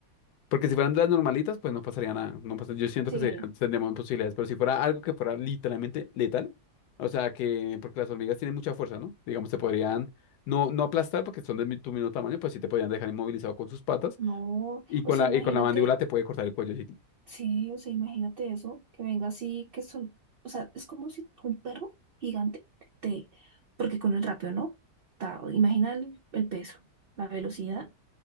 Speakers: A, on the left (about 80°); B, on the right (about 75°).
A: Porque si fueran de las normalitas, pues no pasaría nada. No pasa- yo siento
B: Sí.
A: que se, tendríamos posibilidades, pero si fuera algo que fuera literalmente letal, o sea, que, porque las hormigas tienen mucha fuerza, ¿no? Digamos, te podrían, no, no aplastar porque son de mi- tu mismo tamaño, pues sí te podrían dejar inmovilizado con sus patas
B: No,
A: y
B: o
A: con
B: sea,
A: la,
B: imagínate,
A: y con la mandíbula te puede cortar el cuello. Sí,
B: sí, o sea, imagínate eso, que venga así, que son, o sea, es como si un perro gigante te, porque con el rapio, ¿no? Ta, imagina el, el peso, la velocidad